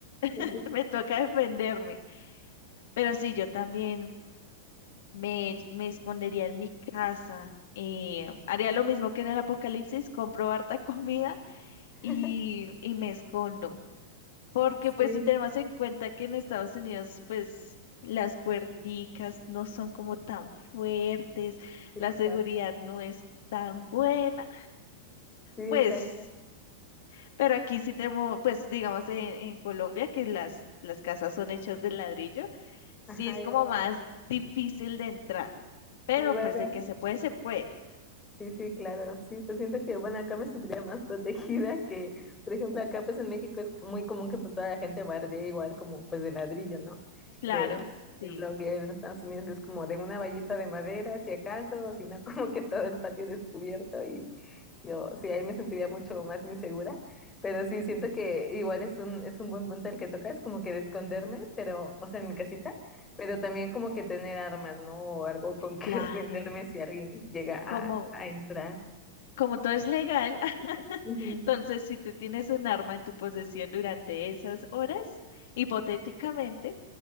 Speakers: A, on the left; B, on the left.
A: <laughs>
B: Sí, sí.
A: me toca defenderme. Pero sí, yo también me, me escondería en mi casa. eh, haría lo mismo que en el apocalipsis, compro harta <laughs> comida
B: <laughs>
A: y, y me escondo. Porque
B: Sí,
A: pues si tenemos en cuenta que en Estados Unidos pues las puerticas no son como tan fuertes,
B: sí,
A: la seguridad
B: claro.
A: no es tan buena,
B: Sí, exacto.
A: pues, pero aquí sí tenemos, pues digamos en, en Colombia que las, las casas son hechas de ladrillo, sí
B: Ajá,
A: es como
B: igual
A: más
B: acá.
A: difícil de entrar, pero
B: Igual
A: pues
B: acá.
A: de que se puede, se puede.
B: Sí, sí, claro, sí, pues siento que, bueno, acá me sentiría más protegida que, por ejemplo, acá pues en México es muy común que pues toda la gente bardee igual como pues de ladrillo, ¿no?
A: Claro,
B: De,
A: sí,
B: de blog y en Estados Unidos es como de una vallita de madera, si acaso, o si no, <laughs> como que todo el patio descubierto y yo, sí, ahí me sentiría mucho más insegura, pero sí, siento que igual es un, es un buen punto el que tocas, como que de esconderme, pero, o sea, en mi casita pero también como que tener armas, ¿no? O algo con que <laughs>
A: claro.
B: defenderme si alguien llega a,
A: Como,
B: a entrar.
A: como todo es legal, <laughs>
B: Ujú.
A: entonces si tú tienes un arma en tu posesión durante esas horas, hipotéticamente,